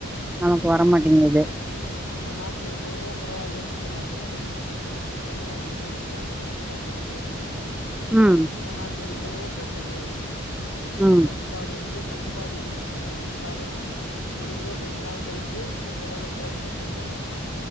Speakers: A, in the centre; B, on the left.
A: நமக்கு
B: உம்
A: வரமாட்டேங்குது.
B: நம்ம நாட்ல எவ்ளவோ பரவாயில்லைனு சொல்றாங்க வெளிநாடு ந்து வெளிநாட்டுகாரங்கள கம்பேர் பண்ணும்போது
A: ம்,
B: நம்ம நாட்லயு எவ்ளோ பெட்டர்
A: ம்.
B: தட்டுப்பாடு வந்து தட்டுப்பாடு இ இருந்தாலு ஒரு இருவத்தஞ்சு நாள் கழிச்சு ஒரு தடவை கேஸ் புக்கிங் பண்ணணும்